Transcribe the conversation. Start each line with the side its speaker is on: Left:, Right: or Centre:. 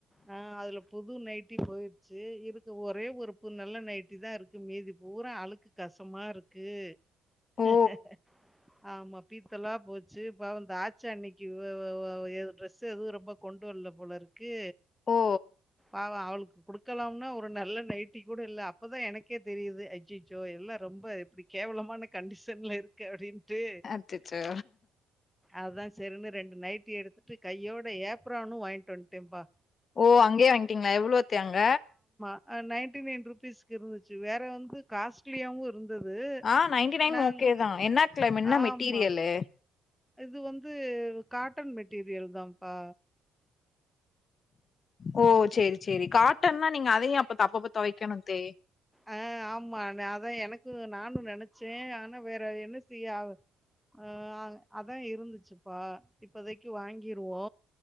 Centre: ஆ அதுல புது நைட்டி போயிருச்சி இருக் ஒரே ஒரு புது நல்ல நைட்டி தாருக்கு மீதி பூரா அழுக்கு கஷமாருக்கு
Left: ஓ
Centre: <inaudible> ஆமா பீத்தலா போச்சு பாவோ இந்த தாச்சான்னைக்கு ஒஒஒ எது ட்ரெஸ் எதுவு ரொம்ப கொண்டு வல்ல போலருக்கு
Left: ஓ
Centre: பாவ அவளுக்கு குடுக்கலாம்னா நல்ல நைட்டி கூட இல்ல அப்பதா எனக்கே தெரியுது அய்யயோ எல்லா ரொம்ப எப்டி கேவலமான கண்டிஷன்ல இருக்கு அப்டின்ட்டு
Left: அச்சச்சோ
Centre: அததா செரின்னு ரெண்டு நைட்டி எடுத்துட்டு கையோட ஏப்புறானு வாங்கிட்டு வந்டேம்பா
Left: ஓ அங்கயே வாங்கிட்டீங்களா எவ்வளோத்த அங்க
Centre: அ நைன்டி நைன் ருபீஸ்க்க இருந்துச்சி வேற வந்து காஸ்ட்லியாவு இருந்து ந்தது
Left: ஆ நைன்டி நைன்
Centre: நாங்கொ
Left: ஓகே தா என்ன கிளம் என்ன
Centre: ஆமா
Left: மெட்டீரியலு
Centre: இது வந்து காட்டன் மெட்டீரியல் தான்ப்பா
Left: ஓ செரி செரி காட்டன்ன்னா நீங்க அதையு அப்ப தப்பப்ப தொவைக்கணுத்தே
Centre: ஆ ஆமா அதா எனக்கு நானு நெனைச்சே ஆனா வேற என்ன செய்யா ஆ வ அ அதா இருந்துச்சுப்பா இப்பதைக்கு வாங்கிருவோ